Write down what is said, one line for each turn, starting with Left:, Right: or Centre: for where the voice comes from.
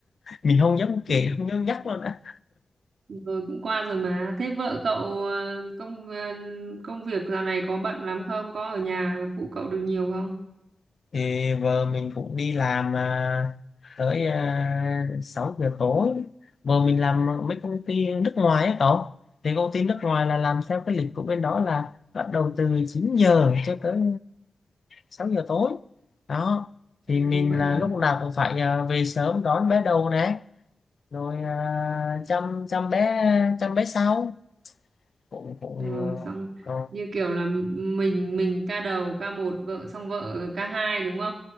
Left: mình không dám kể
Right: Ừ.
Left: không dám nhắc luôn á
Right: rồi cũng qua rồi mà thế vợ cậu ờ, công ờ, công việc dạo này có bận lắm không có ở nhà phụ cậu được nhiều không
Left: thì vợ mình cũng đi làm à, tới à, 6 giờ tối vợ mình làm mấy công ty nước ngoài á cậu thì công ty nước ngoài là làm theo cái lịch của bên đó là bắt đầu từ 9 giờ cho tới 6 giờ tối đó thì
Right: Ừ,
Left: mình
Right: vậy
Left: là
Right: hả
Left: lúc nào cũng phải à, về sớm đón bé đầu nè rồi à, chăm chăm bé chăm bé sau cũng cũng
Right: rồi xong
Left: ờ,
Right: như kiểu là m- mình mình ca đầu ca một vợ xong vợ ca hai đúng không